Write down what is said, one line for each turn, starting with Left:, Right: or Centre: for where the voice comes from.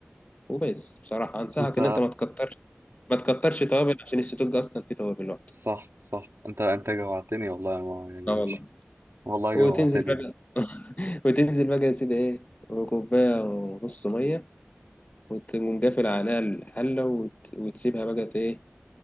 Left: وبس بصراحة أنصحك
Right: انت
Left: إن أنت ما تكترش ما تكترش توابل عشان السدوج أصلا فيه توابل لوحده
Right: صح صح انت انت
Left: مم.
Right: جوعتني والله ما يعني
Left: اه
Right: مش
Left: والله
Right: والله جوعتني
Left: وتنزل بقى
Right: يعني
Left: <laughs> وتنزل بقى يا سيدي ايه وكوباية ونص مية وتقوم قافل عليها الحلة وت... وتسيبها بقى ايه